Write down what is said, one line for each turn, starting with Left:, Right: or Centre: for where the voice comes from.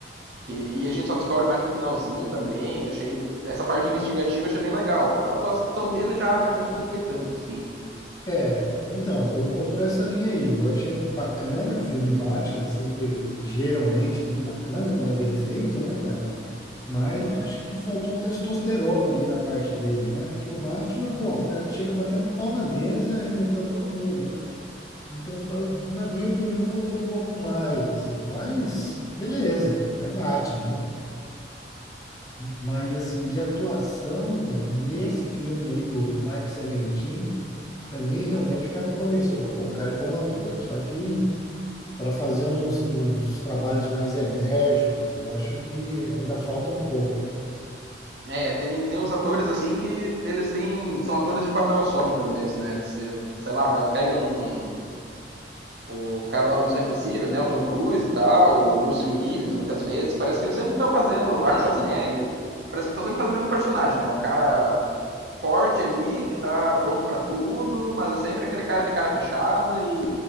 Right: Que, e a gente só descobre mais pro finalzinho também. Achei essa parte investigativa achei bem legal. A atuação dele já realmente nem foi tanto, sim.
Left: É, então, eu vou por essa linha aí. Eu achei bacana, filme Batman, sempre geralmente bem bacana quando é bem feito, né, cara? Mas
Right: Uhum.
Left: eu acho que faltou testosterona ali da parte dele, né? Porque o Batman, porra, o cara chega batendo com o pau na mesa, arrebentando todo mundo, né? Então, fa- na minha opinião, faltou um pouco mais, assim. Mas, beleza, é Batman, né? Mas, assim, de atuação nesse filme aí do Mike Seventeen, pra mim, realmente, o cara me convenceu. Falei, Pô, o cara é bom ator. Só que para fazer uns, uns trabalhos mais enérgicos, eu acho que ainda falta um pouco. né?
Right: É, tem, tem uns atores assim que eles têm. São atores de papel só muitas vezes, né? Você, sei lá, vai, pega um, o cara lá do Missão Impossível, né? O Tom Cruise e tal, o Bruce Willis, muitas vezes. Parece que eles sempre estão fazendo. Arnold Schwarzenegger. Parece que estão sempre fazendo o mesmo personagem, né? Um cara forte ali, que tá pronto para tudo, mas é sempre aquele cara de cara fechada e